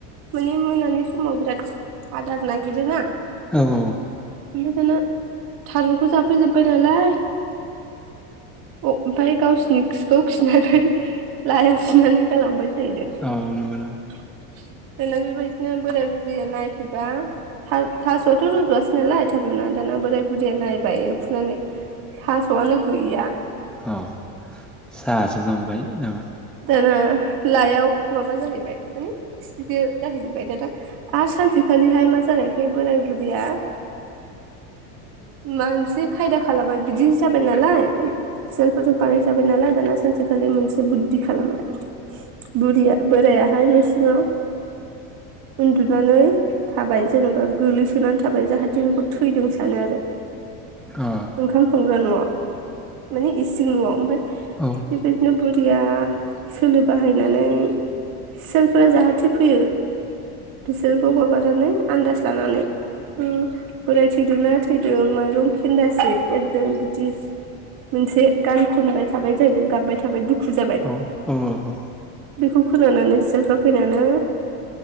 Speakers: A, on the right; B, in the centre.
A: मानि मोनानि समाव बिराद आदार नागिरोना ओमफाय
B: अ औ औ
A: दाना थारुनखौ जाफैजोबबाय नालाय अ ओमफाय गावसिनि खिखौ खिनानै लाइयाव सुनानै गालांबाय जाहैदों
B: औ नंगौ
A: <inaudible> दाना बेबायदिनो बोराय बुरिया नायफैबा था-थासआथ रजवासै नालाय थारुनानै दाना बोराय बुरिया नायबाय ए नानै थासआनो गैया
B: अ <unintelligible> बाय नाङा
A: दाना लाइआव माबा जाहैबाय माने खिसो जाहैजोबबाय दाना आरो सानसेखा खालिहाय मा जालायखो बोराय बुरिया मानसे खायदा खालाबाय बिदिनो जाबाय नालाय सियालफोरजों बानाय जाबाय नालाय दाना सानसेखालि मोनसे बुद्धि खालामबाय बुरिया बोरायाहाय न सिङाव उन्दुनानै थाबाय जेनेबा गोलैसोनानै थाबाय जाहाथे बेखौ थैदों सानो आरो
B: अ
A: ओंखाम संग्रा न आव माने इसिं न आव ओमफाय
B: औ
A: बेफोरनो बु बुरिया सोलो बाहायनानै सेलफोरा जाहाथे फैयो बिसोरखौ माबानानै आन्दाज लानानै ओम बोराय थैदोंना थैदों दों माइरं खेन्दासे एरदों बिदि मोनसे गान खनबाय थाबाय जाहैदों गाबबाय थाबाय दुखु जाबाय
B: औ औ औ
A: बेखौ खोनानानै सेलफ्रा फैनानै